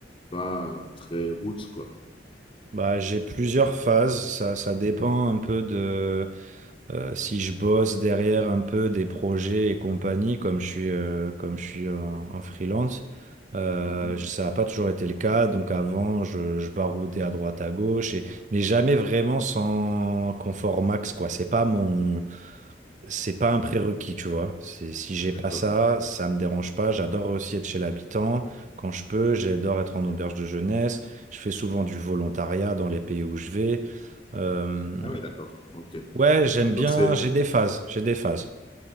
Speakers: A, on the left (about 30°); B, on the right (about 40°).
A: pas très route, quoi.
B: Bah, j'ai plusieurs phases, ça, ça dépend un peu de... Euh, si je bosse derrière un peu des projets et compagnie, comme je suis, euh, comme je suis en, en freelance, euh,
A: Mhm.
B: je- ça n'a pas toujours été le cas. Donc avant, je, je baroudais à droite, à gauche, et, mais jamais vraiment sans confort max, quoi. C'est pas mon, c'est pas un prérequis, tu vois. C'est, si j'ai
A: D'accord.
B: pas ça, ça me dérange pas. J'adore aussi être chez l'habitant quand je peux. J'adore être en auberge de jeunesse. Je fais souvent du volontariat dans les pays où je vais. Euh,
A: Ah oui, d'accord. Ok.
B: Ouais, j'aime
A: Donc
B: bien,
A: c'est,
B: j'ai des phases, j'ai des phases.